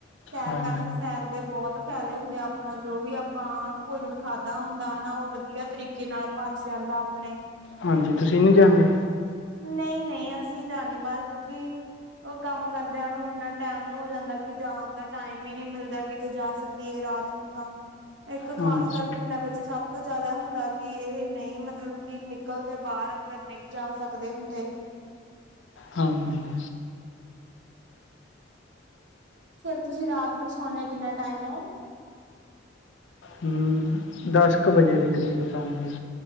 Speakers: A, on the right; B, on the left.
A: ਸੈਰ
B: ਹਾਂਜੀ
A: ਕਰਨ ਸੈਰ ਦੇ ਬਹੁਤ ਫ਼ੈਦੇ ਹੁੰਦੇ ਆ। ਆਪਣਾ ਜੋ ਵੀ ਆਪਾਂ ਭੋਜਨ ਖਾਧਾ ਹੁੰਦਾ ਹਨਾ, ਉਹ ਵਧੀਆ ਤਰੀਕੇ ਨਾਲ ਪਚ ਜਾਂਦਾ। ਆਪਣੇ
B: ਹਾਂਜੀ, ਤੁਸੀਂ ਨੀ ਜਾਂਦੇ?
A: ਨਹੀਂ-ਨਹੀਂ, ਅਸੀਂ ਤਾਂ ਨੀ। ਬਸ ਕਿਉਂਕਿ ਉਹ ਕੰਮ ਕਰਦਿਆਂ ਨੂੰ ਓਨਾਂ ਟੈਮ ਹੋ ਜਾਂਦਾ ਕੀ ਜਾਣ ਦਾ ਟਾਈਮ ਈ ਨੀ ਮਿਲਦਾ। ਕਿਤੇ ਜਾ ਸਕ ਕੀਏ ਰਾਤ ਨੂੰ 'ਤਾਂ। ਇੱਕ ਖਾਸ
B: ਹਾਂਜੀ
A: ਕਰ ਪਿੰਡਾਂ ਵਿੱਚ ਸਭ ਤੋਂ ਜ਼ਿਆਦਾ ਹੁੰਦਾ ਕਿ, ਇਹ ਨਹੀਂ ਮਤਲਬ ਕਿ ਨਿਕਲਦੇ ਬਾਹਰ-ਅੰਦਰ ਨਹੀਂ ਜਾ ਸਕਦੇ ਹੁੰਦੇ।
B: ਹਾਂਜੀ।
A: ਫੇਰ ਤੁਸੀਂ ਰਾਤ ਨੂੰ ਸੌਣੇ ਕਿੰਨਾ ਟਾਈਮ ਓ?
B: ਹੂੰ, ਦੱਸ ਕ ਵਜੇ ਦੇ ਕਰੀਬ ਸੌਨੇ ਆ।